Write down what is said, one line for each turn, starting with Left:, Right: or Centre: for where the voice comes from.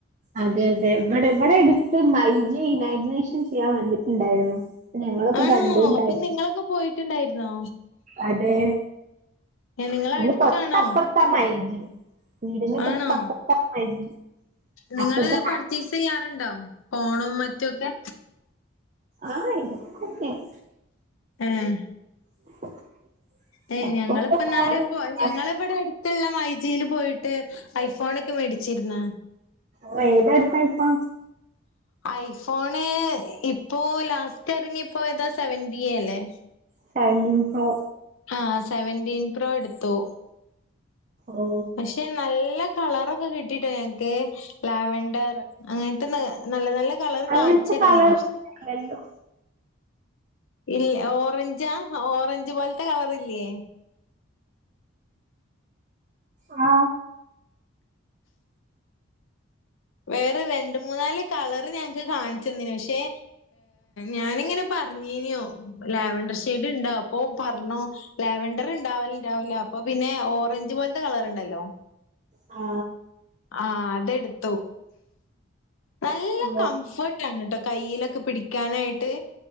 Right: അതെ അതെ ഇവിടെ ഇവിടെ എട്ത്ത് മൈജെ ഇനാഗ്രേഷൻ ചെയ്യാൻ വന്നിട്ട് ണ്ടായിരുന്നു. ഞങ്ങളൊക്കെ
Left: ആണോ
Right: കണ്ട്ണ്ടായി
Left: അപ്പൊ നിങ്ങളൊക്കെ പോയിട്ടുണ്ടായിരുന്നോ?
Right: അതെ
Left: ഏഹ് നിങ്ങളടുത്താണോ?
Right: ഇന്റെ തൊട്ട അപ്പുറത്ത മൈജി വീടിന്റെ തൊട്ടപ്പർത്ത
Left: ആണോ
Right: മൈജി.
Left: നിങ്ങള്
Right: അപ്പുറത്തെ
Left: പർച്ചേസ്യ്യാറുണ്ടോ, ഫോണും മറ്റൊക്കെ?
Right: ആ ഇട്ക്കൊക്കെ ചെയ്യും.
Left: ഉം
Right: <unintelligible>
Left: ഏ ഞങ്ങളിപ്പന്നാരെ
Right: ഫോണില്
Left: ഇപ്പോ ഞങ്ങളവിടെ അട്ത്ത്ള്ള മൈജിയില് പോയിട്ട് ഐഫോൺ ഒക്കെ മേടിച്ച്. ര്ന്ന
Right: ഓ ഏതാട്ത്ത ഐ ഫോൺ?
Left: ഐഫോണ് ഇപ്പോ ലാസ്റ്റ് എറങ്ങി ഇപ്പൊ ഏതാ സെവന്റി എ അല്ലേ?
Right: Seventeen pro.
Left: ആ സെവൻറീൻ പ്രോ എടുത്തു.
Right: ഓ
Left: പക്ഷെ നല്ല കളറൊക്കെ കിട്ടിട്ടോ ഞങ്ങ്ക്ക് ലാവണ്ടർ അങ്ങൻത്തെ നല്ല നല്ല കളറ്
Right: അങ്ങനത്തെ
Left: കാൺചെന്നിനു
Right: കളേഴ്സ് ഇല്ലല്ലോ
Left: ഇൽ ഓറഞ്ചാ ഓറഞ്ച് പോൽത്തെ കളറ് ഇല്ലേ?
Right: ആ
Left: വേറെ രണ്ട് മൂന്നാല് കളറ് ഞങ്ങ്ക്ക് കാൺച്ചെന്നിന് പക്ഷെഏ ഞാനിങ്ങനെ പ പർഞ്ഞീനോ ലാവണ്ടർ ഷെയ്ഡ് ഇണ്ടാ അപ്പൊ പർഞ്ഞു ലാവണ്ടർ ഇണ്ടാവൽ ണ്ടാവൂല അപ്പ അപ്പ പിന്നെ ഓറഞ്ച് പോൽത്തെ കളറ് ണ്ടല്ലോ
Right: ആ
Left: ആ അതെട്ത്തു. നല്ല
Right: ഓ
Left: കംഫർട്ട് ആണ് ട്ടോ കയ്യിലൊക്കെ പിടിക്കാനായിട്ട്.